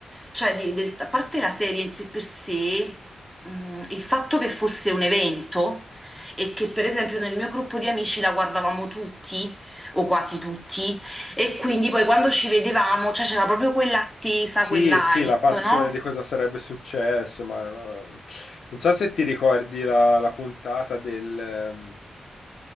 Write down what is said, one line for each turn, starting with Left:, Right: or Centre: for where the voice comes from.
Centre: cioè di- del- a parte la serie in sé per sé, mh, il fatto che fosse un evento e che per esempio nel mio gruppo di amici la guardavamo tutti o quasi tutti e quindi poi quando ci vedevamo, cioè c'era proprio quell'attesa,
Left: Sì,
Centre: quell'hype,
Left: sì, la passione
Centre: no?
Left: di cosa sarebbe successo, ma ma- non so se ti ricordi la, la puntata del, ehm,